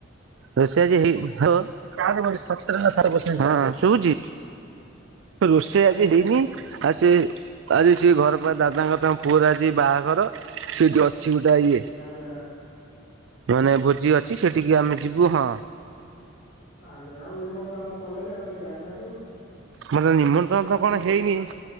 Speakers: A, on the right (about 65°); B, on the left (about 70°).
A: ରୋଷେଇ
B: ଆଜ୍ଞା
A: ଆଜି ହେଇ, ହଁ ହଁ,
B: ଆଜ୍ଞା
A: <unintelligible> ଶୁଭୁଛି। ରୋଷେଇ
B: ଆ- ଆଜ୍ଞା
A: ଆଜି ହେଇନି
B: କୁହନ୍ତୁ
A: ଆଜି ସେ ଆଜି ସିଏ ଘର
B: ଆଜ୍ଞା
A: ପାଖରେ ଦାଦାଙ୍କର ତା ପୁଅର ଆଜି ବାହାଘର, ସେଠି ଅଛି ଗୋଟେ ଇଏ।
B: ଆଜ୍ଞା
A: ମାନେ ଭୋଜି ଅଛି ସେଠିକି ଆମେ ଯିବୁ, ହଁ।
B: ଆଜ୍ଞା, ଆଉ ନିମନ୍ତଣ ଆମକୁ କଲେନି ଆମେ ଟିକେ ଯାଇଥାନ୍ତୁ।
A: ମାନେ ନିମନ୍ତ୍ରଣ
B: ଭୋଜି ଭାତ
A: ତ କଣ
B: ହଉଥିଲା
A: ହେଇନି?